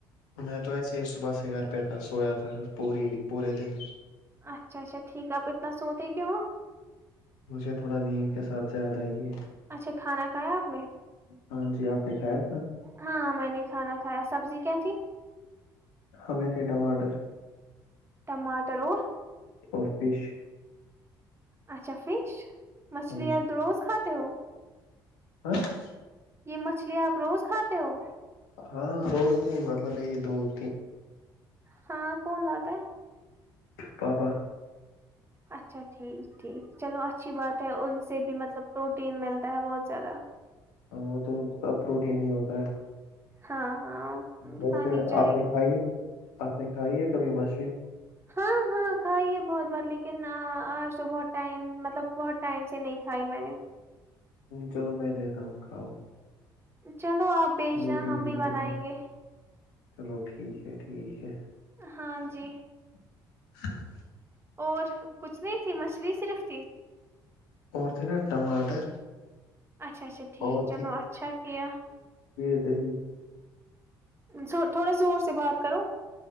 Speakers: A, on the left; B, on the right.
A: میں تو ایسا یہ صبح سے گار پہ تھا سویا تھا پوری پورے دن
B: اچھا اچھا ٹھیک ہے آپ اتنا سوتے کی ہو
A: مج ھے تھوڑا نیم کے ساتھ زیاد آئیے
B: اچھا کھانا کھایا آپ نے
A: ہاں جی آپ نےھا ہے
B: ہاں میں نے کھانا کھایا سبزی کیا تھی
A: ہمیں تھے ٹماٹر
B: ٹماٹر اور
A: اور فش
B: اچھا فش مچھلی
A: ہاں
B: یاد روز کھاتے ہو
A: ہ <inaudible>
B: یہ مچھلی آپ روز کھاتے ہو
A: ہاں روز نہیں مطلب یہی دود
B: ہاں کون لاتا ہے
A: پا پا <inaudible>
B: اچھا ٹھیک ٹھیک چلو اچھی بات ہے ا سے بھی مطلب پروٹین ملتا ہے بہت زیادہ
A: وہ تو سب پروٹین ہی ہوتا ہے
B: ہاں ہاں
A: ویسے
B: کھانی چاہی
A: آپ نے کھائیے آپ نے کھائی ہے کبھی مچھلی
B: ہاں ہاں کھائی ہے بہت بار لیکن آج تو بہت ٹائم مطلب بہت ٹائم سے نہیں کھائی میں نے
A: چلو میں دیتا ہوں کھاؤ
B: ا <inaudible> چلو آپ بھیج
A: دو
B: دیں
A: تین
B: ہم
A: دنوں
B: بھی بنائیں
A: کے بعد
B: گے
A: چلو ٹھیک ہے ٹھیک ہے
B: ہاں جی
A: ہ <inaudible>
B: اور کچھ نہیں تھی مچھلی صرف تھی
A: اور تھے نا ٹماٹر
B: اچھا اچھا ٹھیک
A: اور
B: چلو اچھا کیا
A: د <inaudible>
B: تھ تھوڑے زور سے سے بات کرو